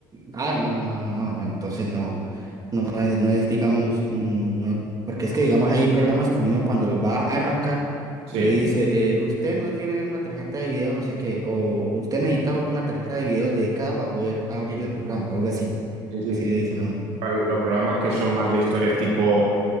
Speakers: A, on the right; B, on the right.
A: Ah, no, no, no, no, no, no. Entonces no, no, no es, no es, digamos, mm, no, porque es que, digamos, hay programas que uno cuando los va a arrancar
B: sí.
A: le dice, eh, usted no tiene una tarjeta de video, no sé qué, o usted necesita una tarjeta de video dedicada para poder abrir el programa, o algo así.
B: Sí, sí,
A: Así
B: sí.
A: le dicen a uno.
B: Los programas que son más de historias tipo